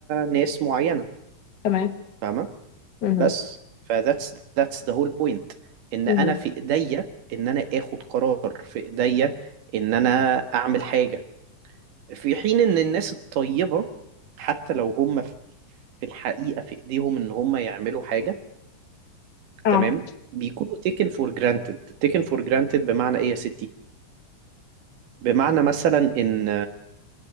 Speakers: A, on the right; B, on the left.
A: ناس معينة
B: تمام
A: فاهمة
B: اها
A: بس فذاتس ذاتس ذا هول بوينت ان
B: اها
A: انا في ايديا ان انا اخد قرار في ايديا ان انا اعمل حاجه في حين ان الناس الطيبه حتى لو هم في في الحقيقه في ايديهم ان هم يعملوا حاجه
B: اه
A: تمام بيكونوا taken for granted taken for granted بمعنى ايه يا ستي بمعنى مثلا ان